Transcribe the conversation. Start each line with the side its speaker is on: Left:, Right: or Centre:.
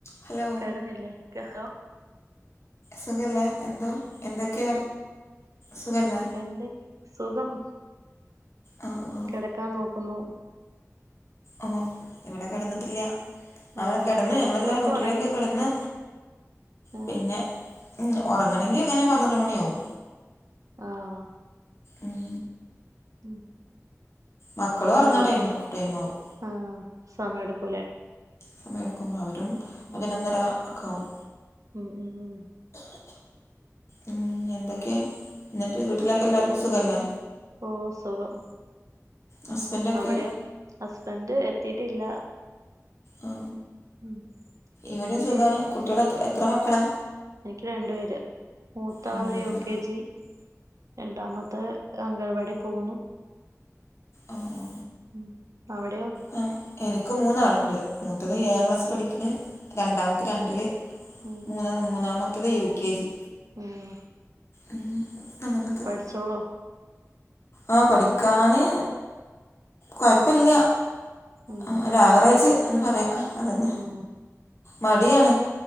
Left: ഹലോ
Right: കിടന്നില്ലേ കേട്ടേ
Left: സുഖല്ലേ എന്താ എന്തൊക്കെയ സുഖല്ലേ?
Right: എന്ത് സുഖം
Left: ഓ ഓ
Right: കിടക്കാൻ നോക്കുന്നു.
Left: ഓ ഇവിടെ കിടന്നിട്ടില്ല
Right: ഉം ആ
Left: അവിടെ കിടന്ന്
Right: മക്കളൊക്കെ
Left: ഞങ്ങളെല്ലാം വീട്ടിലേക്ക്
Right: ഉറങ്ങി
Left: കിടന്നു
Right: ആ
Left: പിന്നെ ഉറങ്ങണങ്കിൽ ഇങ്ങനെ പന്ത്രണ്ട് മണിയാവും.
Right: ആഹ
Left: ഉം
Right: <unintelligible>
Left: മക്കളും ഉറങ്ങാൻ
Right: ഇവിടെ
Left: ടൈം എടുക്കും ടൈമാവും
Right: ആഹ സമയം എടുക്കുല്ലേ?
Left: സമയെടുക്കും അവരും പതിനൊന്നര
Right: ഉം
Left: ഒക്കാവും.
Right: ഉം ഉം ഉം
Left: ഉം എന്തൊക്കെയ എന്നിട്ട് വീട്ടിലൊക്കെ
Right: എന്തെ
Left: എല്ലാർക്കും സുഖല്ലേ?
Right: ഓ സുഖം
Left: ഹസ്ബൻഡൊക്കെ
Right: അവിടെയോ? ഹസ്ബൻഡ് എത്തിട്ടില്ല.
Left: ആ
Right: ഉം
Left: ഇവിടെയും സുഖാണ്
Right: ശേ
Left: കുട്ടികൾ എത്ര എത്ര മക്കളാ?
Right: എനിക്ക് രണ്ടു പേര് മൂത്താള്
Left: രണ്ട് പേരല്ലേ
Right: യു കെ ജി രണ്ടാമത്തെ അംഗൻവാടി പോകുന്നു.
Left: ആആ ആ
Right: ഉം അവിടെയോ?
Left: ആ എനിക്ക് മൂന്നാളുണ്ട് മൂത്തത്
Right: ഉം
Left: ഏഴാം ക്ലാസ് പഠിക്ക്ണ്. രണ്ടാമത്തെ രണ്ടില്
Right: ഉം
Left: മൂന്ന്
Right: ഉം
Left: മൂന്നാമത്തേത് യു കെ ജി.
Right: ഉം
Left: ഉ അങ്ങനൊക്കാണ്
Right: പഠിച്ചോളൂ
Left: ആ പഠിക്കാന് കെഴപ്പില്ല.
Right: ഉം
Left: ആ ഒരു ആവറേജ് എന്ന് പറയാ അതന്നെ
Right: ഉം
Left: മടിയാണ്.